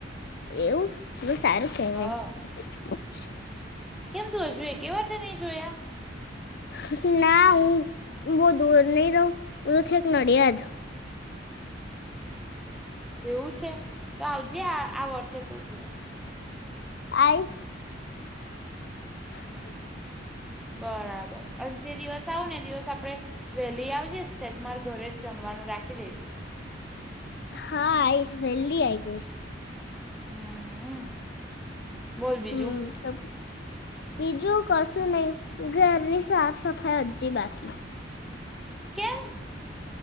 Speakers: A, on the left; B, in the centre.
A: એવું. બઉ સારું કેવાય.
B: હા
A: <unintelligible>
B: કેમ તું હજુએ એકે વાર બી નહી જોયા.
A: હક, ના હું બોવ દૂર નહી રહું, હું છેક નડિયાદ.
B: એવું છે, તો આવજે આ આ વર્ષે તો જોવા.
A: આઈસ. <unintelligible>
B: બરાબર. અન જે દિવસ આવું ને એ દિવસ આપડે વેહલી આવજે તેજ માર ઘરે જ જમવાનું રાખી દેશું.
A: હા, આઈશ વેલ્લી આઈ જઈશ.
B: હમ. બોલ બીજું
A: હમ, તમ કો બીજું કશું નહી, ઘરની સાફ સફાઈ હજજી બાકી.
B: કેમ.